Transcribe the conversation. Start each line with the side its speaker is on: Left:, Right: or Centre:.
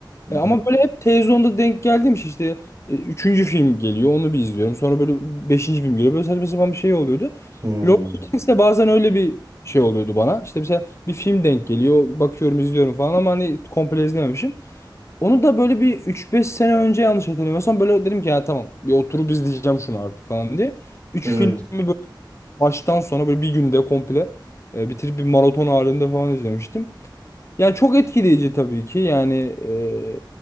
Right: Hı
Left: E,
Right: hı.
Left: ama böyle hep televizyonda denk geldiğim şey işte e, üçüncü film geliyor onu bir izliyorum. Sonra böyle beşinci film geliyor. Böyle saçma sapan bir şey oluyordu.
Right: Hmm.
Left: Lord of the Rings de bazen öyle bir şey oluyordu bana. İşte mesela bir film denk geliyor. Bakıyorum izliyorum falan ama hani komple izlememişim. Onu da böyle bir üç beş sene önce yanlış hatırlamıyorsam böyle dedim ki ya tamam bir oturup izleyeceğim şunu artık falan diye. üç
Right: Evet.
Left: filmi böyle baştan sona böyle bir günde komple e, bitirip bir maraton halinde falan izlemiştim. Yani çok etkileyici tabii ki yani e,